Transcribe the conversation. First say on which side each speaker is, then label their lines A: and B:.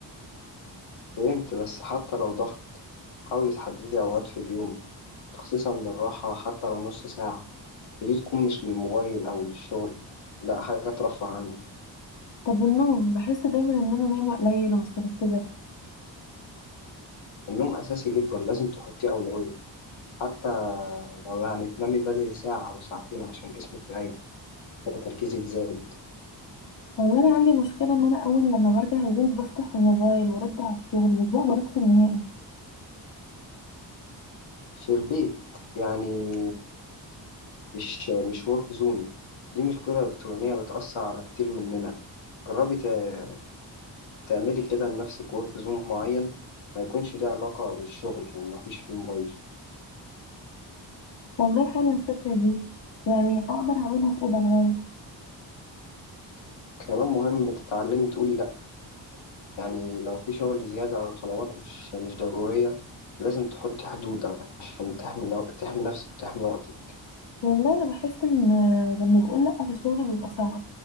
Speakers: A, on the left (about 80°); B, on the left (about 65°).
A: فهمت بس حتى لو ضغط حاولي تحددي أوقات في اليوم تخصيصا للراحة حتى لو نص ساعة ودي تكون مش للموبايل أو للشغل لأ حاجة ترفه عنك
B: طب النوم بحس دايما ان انا نايمه قليل ومش مركزه
A: النوم أساسي جدا لازم تحطيه أولوية حتى لو يعني تنامي بدري ساعة أو ساعتين عشان جسمك يريح تركيزك زاد
B: والله انا عندي مشكله ان انا اول لما برجع البيت بفتح الموبايل وارد على الشغل مش بقدر افصل نهائي
A: في البيت يعني مش مش ورك زون دي مشكلة إلكترونية بتأثر على كتير مننا جربي تع- تعملي كده لنفسك ورك زون معين ما يكونش ليه علاقة بالشغل ومفيش فيه موبايل
B: والله حلوه الفكره دي يعني اقدر اعملها في اوضه معايا
A: كمان مهم تتعلمي تقولي لأ يعني لو في شغل زيادة أو طلبات مش مش ضرورية لازم تحطي حدود عشان تحمي نف- تحمي نفسك وتحمي وقتك
B: والله انا بحس ان لما بقول لا في الشغل بيبقى صعب